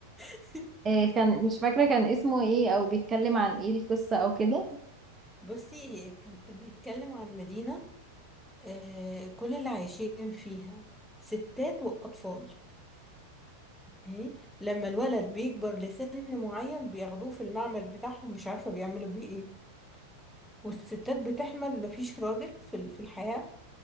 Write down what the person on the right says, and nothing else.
آه كان مش فاكرة كان اسمه ايه او بيتكلم عن ايه القصة او كده